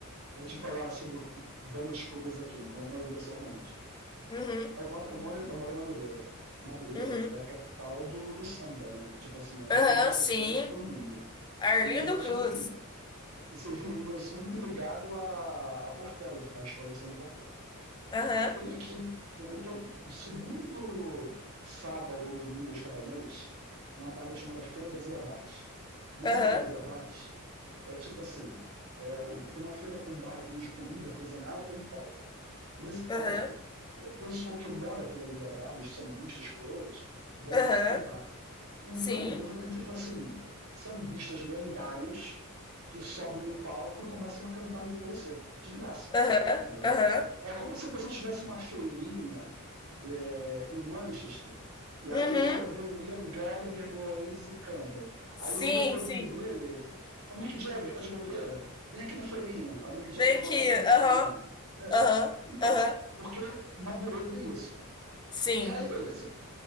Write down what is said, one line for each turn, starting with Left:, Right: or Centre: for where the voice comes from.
Right: Vou te falar sobre o- o- bandas covers aqui, né? Como a maioria são ruins.
Left: Uhum,
Right: Eu moro, eu moro, eu moro em Madureira. Madureira
Left: uhum.
Right: é a capital do, do samba, né? Tipo assim, é onde
Left: Aham,
Right: nasce
Left: sim.
Right: o samba pro mundo.
Left: Arlindo
Right: E eu sou
Left: Cruz.
Right: muito. assim, <laughs> eu sou muito ligado à, à Portela, à escola do samba Portela.
Left: Aham,
Right: Tem aqui, tem, um, todo, segundo sábado ou domingo de cada mês, tem uma parada chamada Feira das Iabás. Nessa
Left: aham,
Right: Feira das Iabás, é tipo assim, é, tem uma feira com barraquinhas de comida artesanal, tem um palco. Nesse
Left: aham,
Right: palco, o pessoal que mora pela ali da área, os sambistas, coroas, vão
Left: aham.
Right: lá cantar. Então,
Left: Sim.
Right: você tem tipo assim, sambistas lendários que sobem no palco e começam a cantar ali para você, de graça,
Left: Aham,
Right: entendeu?
Left: aham.
Right: É como se você tivesse uma feirinha é, em Manchester, e aí
Left: Uhum.
Right: do nada vem o Liam Gallagher do Oasis e canta.
Left: Sim,
Right: Aí ele liga pro amigo
Left: sim.
Right: dele, o Mick Jagger, tá de bobeira? Vem aqui na feirinha. Aí o Mick Jagger
Left: Vem
Right: vai
Left: aqui.
Right: lá e canta
Left: Aham,
Right: também. É.
Left: aham,
Right: Então,
Left: aham.
Right: porque Madureira tem isso.
Left: Sim.
Right: E aí, beleza.